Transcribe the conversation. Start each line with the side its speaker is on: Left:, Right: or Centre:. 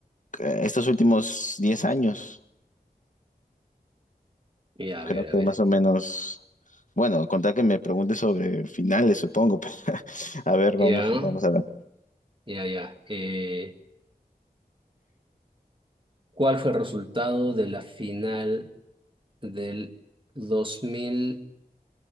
Left: eh, estos últimos 10 años,
Right: Ya, a
Left: creo
Right: ver,
Left: que
Right: a ver.
Left: más o menos, bueno, contar que me pregunte sobre finales, supongo. <laughs> pero, a ver, vamos,
Right: Ya,
Left: vamos a ver.
Right: ya, ya. Eh, ¿cuál fue el resultado de la final del dos mil